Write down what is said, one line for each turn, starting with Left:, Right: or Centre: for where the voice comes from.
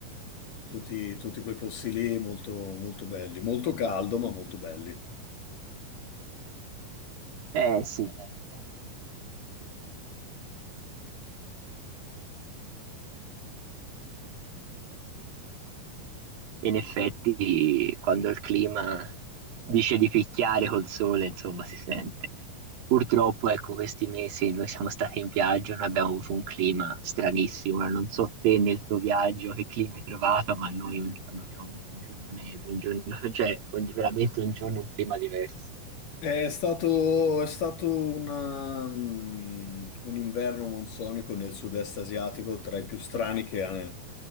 Left: tutti, tutti quei posti lì molto, molto belli. Molto caldo, ma molto belli.
Right: Eh sì, ecco. in effetti quando il clima dice di picchiare col sole, insomma, si sente. Purtroppo, ecco, questi mesi noi siamo stati in viaggio, noi abbiamo avuto un clima stranissimo. Ora non so te nel tuo viaggio che clima hai trovato, ma noi un giorno pioggia, un giorno neve, un giorno, <laughs> cioè ogni- veramente un giorno un clima diverso.
Left: È stato, è stato una, mm, un inverno monsonico nel sud-est asiatico tra i più strani che,